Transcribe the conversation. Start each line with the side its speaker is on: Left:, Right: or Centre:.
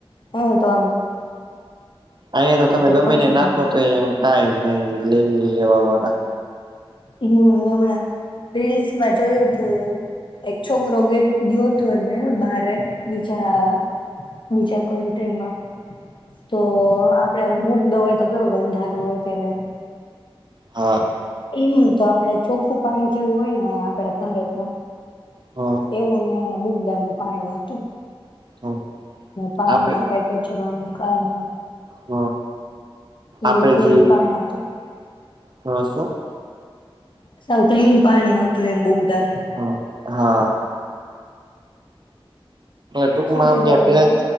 Left: એ તોમ
Right: અહીંયા તો તમે ગમેને
Left: કચરો
Right: નાખો
Left: હમ્મ
Right: તો એમ કઈ ન લ લેવા હતાા
Left: હમ હમણાં રીલ્સમાં જોયું તું એક છોકરો ગ ગયો હતોને બારે બીજા બીજા કન્ટ્રીમાં તો આપડેમ બુક દ હોય તો કેવો ગંધારો હોય કે નહી
Right: હા
Left: એમ તો આપડે ચોખ્ખું પાણી જેવું હોય ને આપડા ભારતમાં
Right: હા
Left: એવું ને એને બુગડા નું પાણી હતું
Right: હા
Left: પાણીમાં
Right: આપડે
Left: કઈ કચરોો નહી કઈ નઈ
Right: હ
Left: એ
Right: આપડે
Left: લોકોલીન
Right: જે
Left: પણ
Right: હા હું?
Left: - ક્લીન પાણી હતું એમ બુગદાનું
Right: હ હા ટૂંકમાં
Left: શું કેતા
Right: અમને
Left: હતા
Right: પેલા
Left: તમે